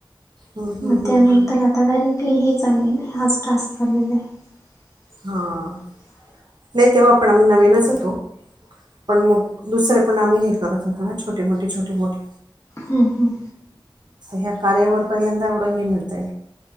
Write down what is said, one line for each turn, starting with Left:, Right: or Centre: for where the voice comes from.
Right: हं, हं,
Left: मग
Right: हं,
Left: त्यानंतर
Right: हं.
Left: आ आता डायरेक्टली हे चालेल हाच टास्क चालेला आहे. ह
Right: हां
Left: <unintelligible>
Right: नाही तेव्हा आपण आम्ही नवीनच होतो. पण मग दुसरे पण आम्ही हे करत होतो ना छोटे मोठे छोटे मोठे
Left: हम् हम्.
Right: ह्या कार्यवर पहिल्यांदा एवढं ह मिळतं.